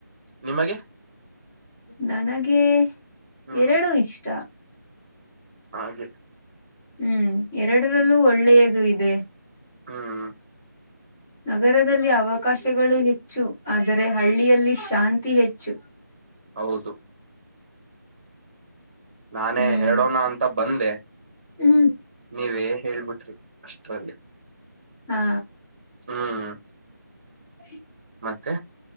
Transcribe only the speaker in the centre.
ನನಗೆ
ಎರಡುೂ ಇಷ್ಟ
ಹ್ಮ್ ಎರಡರಲ್ಲೂ ಒಳ್ಳೆಯದು ಇದೆ
ನಗರದಲ್ಲಿ ಅವಕಾಶಗಳು ಹೆಚ್ಚು ಆದರೆ ಹಳ್ಳಿಯಲ್ಲಿ ಶಾಂತಿ ಹೆಚ್ಚು
ಹ್ಮ್
ಹ್ಮ್
ಹಾ
ಹ